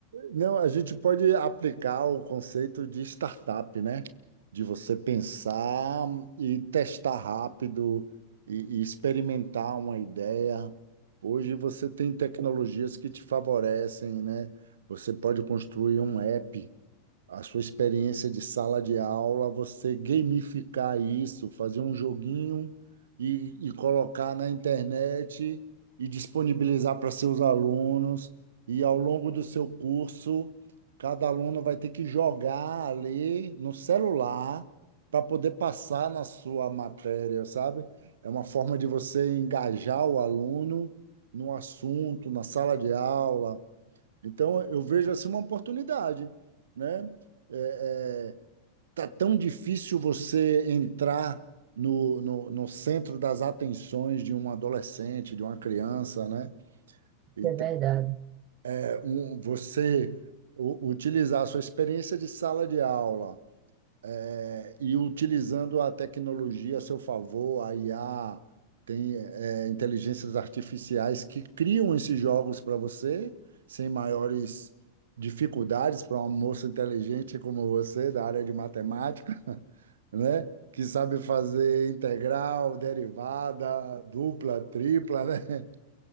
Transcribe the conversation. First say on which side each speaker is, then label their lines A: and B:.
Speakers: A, on the right (about 65°); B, on the right (about 35°).
A: não, a gente pode aplicar o conceito de startup, né? De você pensar e testar rápido e, e experimentar uma ideia. Hoje você tem tecnologias que te favorecem, né? Você pode construir um app a sua experiência de sala de aula, você gamificar isso, fazer um joguinho e, e colocar na internet e disponibilizar para seus alunos. E ao longo do seu curso, cada aluno vai ter que jogar ali no celular para poder passar na sua matéria, sabe? É uma forma de você engajar o aluno no assunto, na sala de aula então, eu vejo assim uma oportunidade, né? É, é, tá tão difícil você entrar no, no, no centro das atenções de um adolescente, de uma criança, né? Então,
B: que é verdade.
A: é, um- você u- utilizar a sua experiência de sala de aula É, E utilizando a tecnologia a seu favor, a IA, tem é, inteligências artificiais que criam esses jogos para você, sem maiores dificuldades para uma moça inteligente como você, da área de matemática, <laughs> né? Que sabe fazer integral, derivada, dupla, tripla, né?